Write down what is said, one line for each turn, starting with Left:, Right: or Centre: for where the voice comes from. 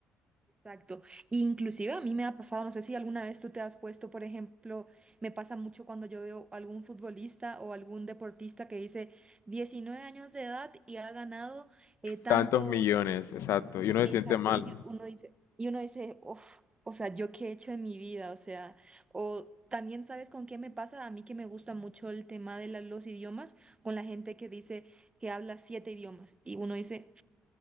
Right: Exacto. Inclusive a mí me ha pasado, no sé si alguna vez tú te has puesto, por ejemplo, me pasa mucho cuando yo veo algún futbolista o algún deportista que dice 19 años de edad y ha ganado eh, tantos,
Left: Tantos millones, exacto. Y uno se
Right: exacto,
Left: siente mal.
Right: y yo- uno dice, y uno dice, "Uf, o sea, ¿yo qué he hecho en mi vida? O sea, o también sabes con qué me pasa, a mí que me gusta mucho el tema de la- los idiomas, con la gente que dice que habla siete idiomas y uno dice,